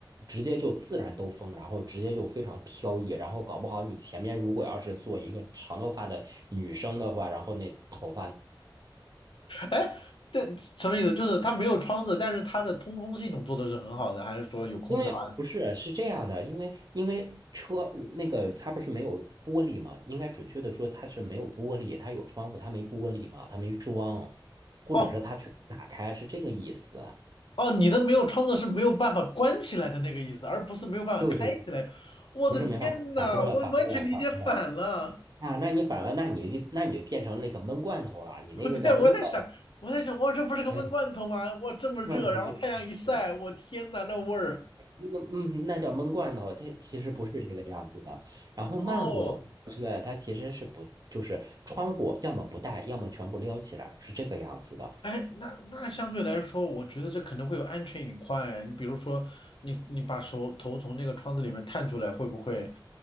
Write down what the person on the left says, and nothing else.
哎，但什么意思？就是它没有窗子，但是它的通风系统做的是很好的，还是说有空调啊？
哦
哦，你的没有窗子是没有办法关起来的那个意思，而不是没有办法开起来。
我的天呐，
我完全理解反了。
<laughs> 我对我在想，我在想，哇，这不是个闷罐头吗？
哇，这么热，
然后太阳一晒，我天呐，那味儿。
哦，
哎，那那相对来说，我觉得这可能会有安全隐患哎。你比如说，你你把手头从那个窗子里面探出来，会不会